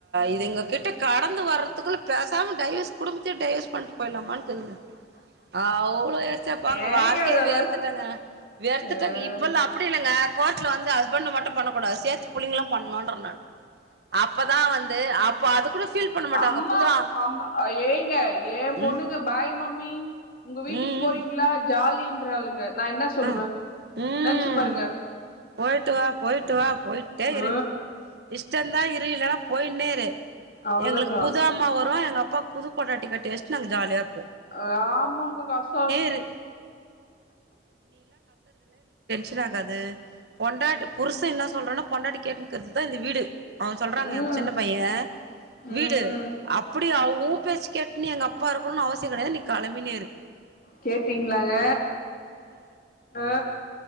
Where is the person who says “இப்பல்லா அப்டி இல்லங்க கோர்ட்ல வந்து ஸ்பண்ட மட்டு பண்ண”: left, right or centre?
Right